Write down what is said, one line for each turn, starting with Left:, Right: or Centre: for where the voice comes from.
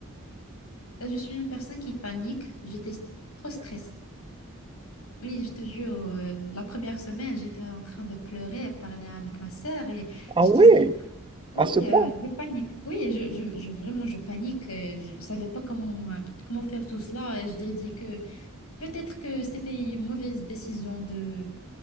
Left: Euh, Je suis une personne qui panique, j'étais trop stressée Oui, je te jure, euh, la première semaine, j'étais en train de pleurer et parler avec ma sœur et
Right: Ah
Left: je
Right: ouais,
Left: disais,
Right: à
Left: oui,
Right: ce point.
Left: euh, je panique, oui, je, je, je- vraiment, je panique, euh, je ne savais pas comment, euh, comment faire tout cela et je lui ai dit que peut-être que c'était une mauvaise décision de,